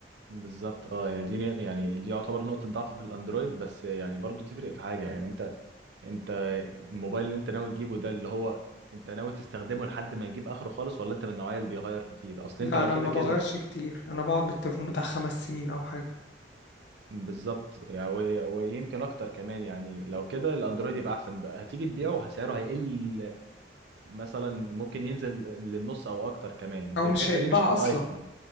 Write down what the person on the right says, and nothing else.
بالظبط اه يا دي يعني دي يعتبر نقطة ضعف في الاندرويد بس يعني برضو تفرق في حاجة يعني انت انت الموبايل اللي انت ناوي تجيبه ده اللي هو انت ناوي تستخدمه لحد ما يجيب اخره خالص ولا انت من النوعية اللي بيغير كتير اصل
انت لو
كده
كده
بالظبط يعني و- ويمكن اكتر كمان يعني لو كده الاندرويد يبقى احسن بقى هتيجي تبيعه سعره هيقل مثلا ممكن ينزل للنص او اكتر كمان
الحتة
دي مش في الايفون